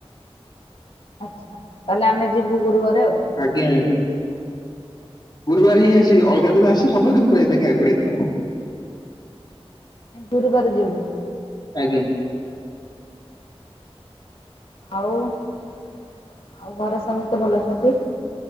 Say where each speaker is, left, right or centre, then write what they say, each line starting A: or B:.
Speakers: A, on the left; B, on the left.
A: ଆଚ୍ଛା। ତାହେଲେ ଆମେ ଯିବୁ ଗୁରୁବାରେ ଆଉ।
B: ଆଜ୍ଞା ଆଜ୍ଞା। ଗୁରୁବାର ହିଁ ଆସିବେ ଅଲଗା ଦିନ ଆସି ସବୁବେଳେ ପଇସାଦେଇ ଖାଇବାକୁ ପଡିବ।
A: ଗୁରୁବାରେ ଯିବୁ।
B: ଆଜ୍ଞା।
A: ଆଉ ଆଉ ଘରେ ସମସ୍ତେ ଭଲ ଅଛନ୍ତି?